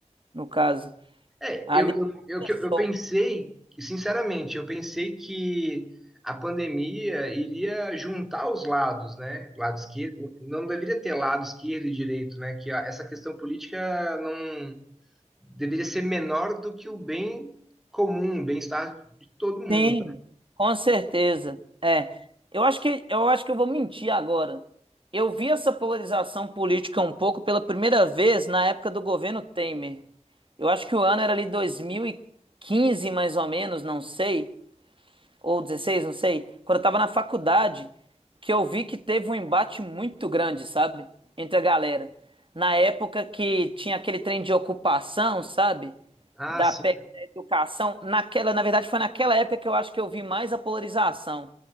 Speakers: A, on the right; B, in the centre.
A: no caso.
B: É,
A: Ali
B: eu, eu,
A: começou.
B: eu, eu pensei, sinceramente, eu pensei que a pandemia iria juntar os lados, né? Lado esquerdo, não deveria ter lado esquerdo e direito, né? Que a- essa questão política não deveria ser menor do que o bem comum, o bem-estar de todo mundo.
A: Sim, com certeza. É, eu acho que eu acho que eu vou mentir agora. Eu vi essa polarização política um pouco pela primeira vez na época do governo Temer. Eu acho que o ano era ali dois mil e quinze mais ou menos, não sei ou dezesseis não sei, quando eu tava na faculdade, que eu vi que teve um embate muito grande, sabe? Entre a galera. Na época que tinha aquele trem de ocupação, sabe?
B: Ah,
A: Da
B: sim,
A: PEC da educação. Naquela, na verdade, foi naquela época que eu acho que eu vi mais a polarização.